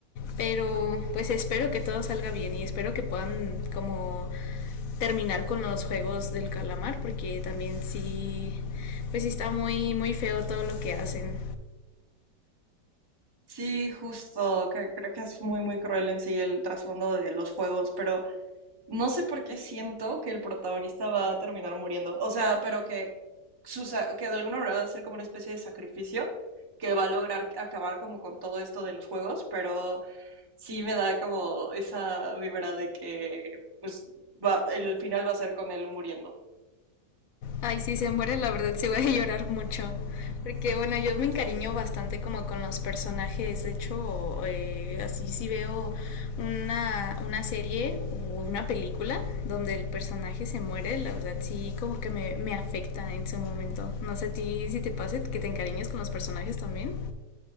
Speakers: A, on the left; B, on the right.
A: Pero pues espero que todo salga bien y espero que puedan como terminar con los juegos del calamar porque también sí pues sí está muy muy feo todo lo que hacen.
B: Sí, justo, que creo que es muy, muy cruel en sí el trasfondo de los juegos, pero No sé por qué siento que el protagonista va a terminar muriendo. O sea, pero que, su sa- que de alguna manera va a ser como una especie de sacrificio que va a lograr acabar como con todo esto de los juegos, pero sí me da como esa vibra de que pues va, el final va a ser con él muriendo.
A: Ay, si se muere, la verdad sí voy a llorar mucho. Porque bueno, yo me encariño bastante como con los personajes. De hecho, eh, así si veo una, una serie o una película donde el personaje se muere, la verdad sí como que me, me afecta en su momento. No sé a ti si te pasa que te encariñes con los personajes también.